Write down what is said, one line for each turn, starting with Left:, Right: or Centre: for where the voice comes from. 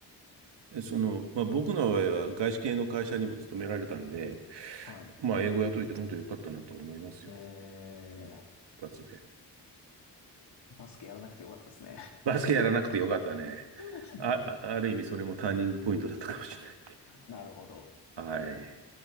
Right: でその、まあ、僕の場合は外資系の会社にも勤められたんで、
Left: はい。
Right: まあ、英語やっといて本当によかったなと思いますよ。
Left: え
Right: うん部活で。
Left: ー、バスケやらなくてよかったですね。
Right: バスケやらなくてよかったね。
Left: <laughs>
Right: あ、あある意味それもターニングポイントだったかもしれな
Left: なるほど。
Right: い。はい。